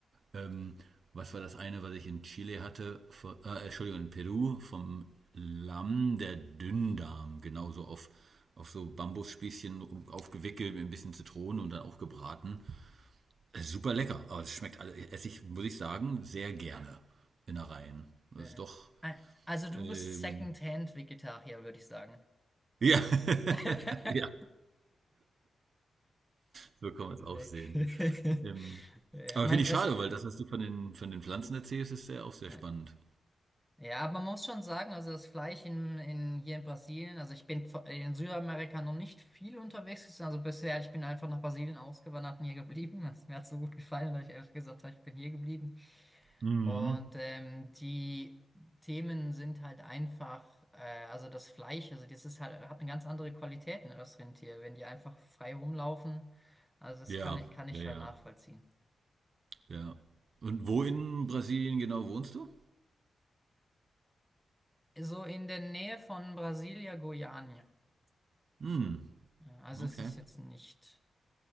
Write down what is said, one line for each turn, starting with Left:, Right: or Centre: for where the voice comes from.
Right: ähm, was war das eine, was ich in Chile hatte? Von, äh, Entschuldigung, in Peru vom Lamm der Dünndarm. Genauso auf, auf so Bambusspießchen aufgewickelt mit ein bisschen Zitrone und dann auch gebraten. Äh, Super lecker, aber es schmeckt alle, äh, esse ich, muss ich sagen, sehr gerne Innereien. Das
Centre: Ja.
Right: ist doch,
Centre: Ah, Also du
Right: ähm,
Centre: bist Second-Hand-Vegetarier, würde ich sagen.
Right: ja, <laughs>
Centre: <laughs>
Right: ja, so kann man es
Centre: Nee.
Right: auch sehen.
Centre: <laughs>
Right: Ähm,
Centre: Ja,
Right: aber
Centre: ich mein,
Right: finde ich
Centre: das,
Right: schade, weil das, was du von den, von den Pflanzen erzählst, ist sehr, auch sehr
Centre: ja,
Right: spannend.
Centre: Ja, aber man muss schon sagen, also das Fleisch in, in, hier in Brasilien, also ich bin vor- in Südamerika noch nicht viel unterwegs gewesen, also bisher, ich bin einfach nach Brasilien ausgewandert und hier geblieben. Es mir hat so gut gefallen, dass ich einfach gesagt habe, ich bin hier geblieben.
Right: Mhm.
Centre: Und ähm, die Themen sind halt einfach, äh, also das Fleisch, also das ist halt, hat eine ganz andere Qualität, ein Össrindtier, wenn die einfach frei rumlaufen. Also das
Right: Ja,
Centre: kann, kann ich
Right: ja,
Centre: schon
Right: ja.
Centre: nachvollziehen.
Right: Ja. Und wo
Centre: Also.
Right: in Brasilien genau wohnst du?
Centre: So in der Nähe von Brasilia, Goiânia.
Right: Hm,
Centre: So. Äh, Also
Right: okay.
Centre: es ist jetzt nicht,